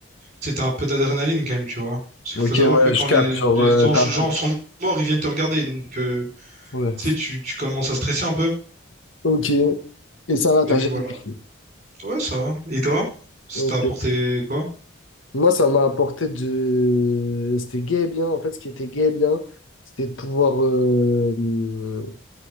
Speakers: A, on the right (about 35°); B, on the left (about 70°).
A: sais, t'as un peu d'adrénaline quand même, tu vois. Parce qu'il
B: Ok,
A: faut savoir
B: ouais,
A: que quand
B: je capte.
A: les,
B: Genre,
A: les
B: euh,
A: gens
B: t'as...
A: gens sont morts, ils viennent te regarder. Donc, euh,
B: Ouais.
A: tu sais, tu, tu commences à stresser un peu.
B: Ok. Et ça va,
A: Et
B: t'as
A: puis
B: jamais
A: voilà.
B: kiffé.
A: Ouais, ça va. Et toi? Ça
B: Ok.
A: t'a apporté quoi?
B: Moi, ça m'a apporté de... C'était gay et bien. En fait, ce qui était gay et bien, c'était de pouvoir... euh,